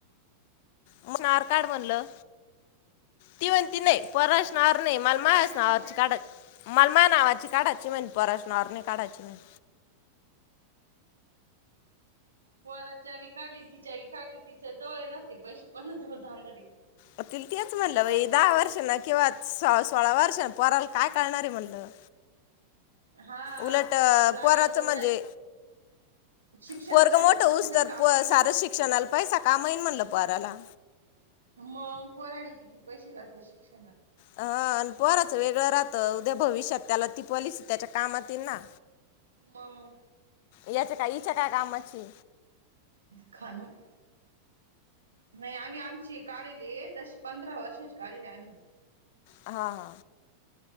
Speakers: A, on the left; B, on the right.
A: मच नावावर काढ त म्हणलं ती म्हणती नाही पोराच्या नावाव नई मला माह्याच
B: काय म्हणे
A: नावावरची
B: मग
A: काढायची. मला मह्या नावाची काढायची म्हणे पोराच्या नावावर नाही काढायची म्हणे.
B: पोराच्या बी काढली तिच्या बी काढली तिच्या जवळ येनार पैसे कोणा जवळ जाणारे
A: म तिला तेच म्हणलं बाई दहा वर्ष ना किंवा सोळा वर्ष पोराला काय कळणार म्हणलं
B: हा
A: उलट
B: लागलं
A: पोराचं
B: तर
A: म्हणजे
B: नाही शिक्षणासाठी
A: पोरग मोठ
B: का
A: होउसतर
B: होत त्याला कामा
A: प
B: येईल ना
A: सार शिक्षणाला पैसा काम येईन म्हणलं पोराला
B: मग पोरायला किती पैसे लागते शिक्ष
A: हा अन् पोराचं वेगळं राहतं उद्या भविष्यात त्याला ती पॉलिसी त्याच्या कामात येईल ना
B: मगं
A: याचं काही तुमच्या काय कामची
B: खाणू नाही आम्ही आमची काढले तशी पंधरा वर्षाची काढले आम्ही
A: हा हा